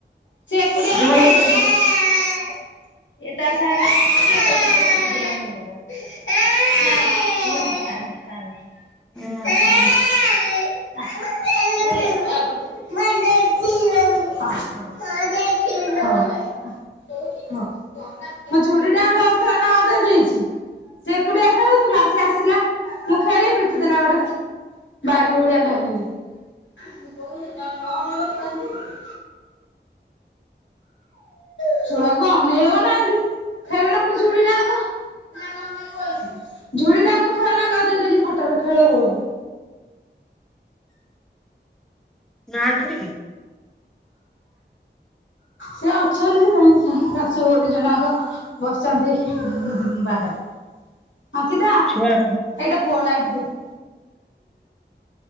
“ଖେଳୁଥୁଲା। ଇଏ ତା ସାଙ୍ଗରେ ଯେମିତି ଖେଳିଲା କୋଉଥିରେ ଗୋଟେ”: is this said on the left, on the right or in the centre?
Left